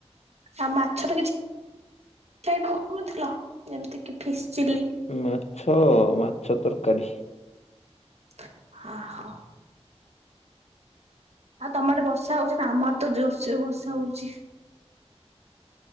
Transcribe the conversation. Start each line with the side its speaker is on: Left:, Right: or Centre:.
Right: ଆଉ ମାଛ ରେ କିଛି <unintelligible> କହୁଥିଲ ଯେମିତି କି ଫିସ୍ ଚିଲି।
Left: ମାଛ, ମାଛ ତରକାରୀ।
Right: <unintelligible> ଆଉ ତମ ଆଡ଼େ ବର୍ଷା ହଉଛି ନା ଆମର ଆଡ଼େ ତ ଜୋରସେ ବର୍ଷା ହଉଛି।